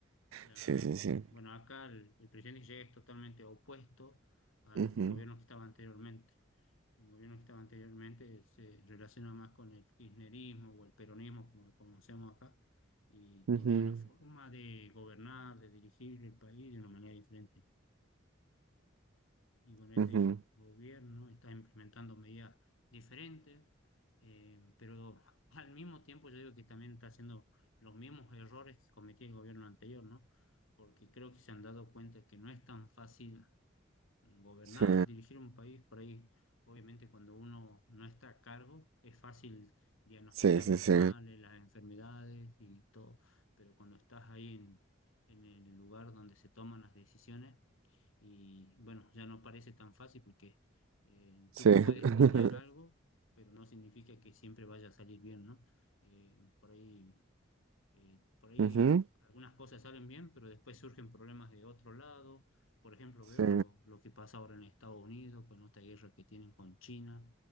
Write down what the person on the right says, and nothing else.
Sí, sí, sí.
Ujú,
ujú,
ujú.
Sí,
sí, sí,
sí.
Sí.
<laughs>
Ujú.
Sí,